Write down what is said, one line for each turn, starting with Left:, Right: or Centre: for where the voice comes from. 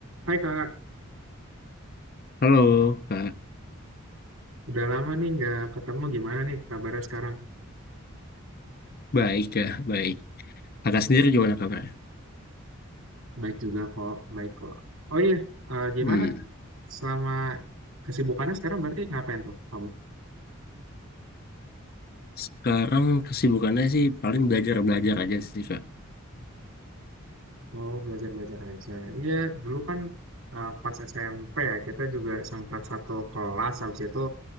Right: Hai Kak,
Left: Halo, Kak.
Right: udah lama nih nggak ketemu. Gimana nih kabarnya sekarang?
Left: Baik, Kak. Baik. Kakak sendiri gimana kabarnya?
Right: Baik juga kok, baik kok. Oh iya, eh, gimana?
Left: Hmm.
Right: Selama kesibukannya sekarang berarti ngapain tuh kamu?
Left: Sekarang kesibukannya sih paling belajar-belajar aja sih, Kak.
Right: Oh, belajar-belajar aja. Iya, dulu kan eh, pas SMP ya, kita juga sempat satu kelas. Habis itu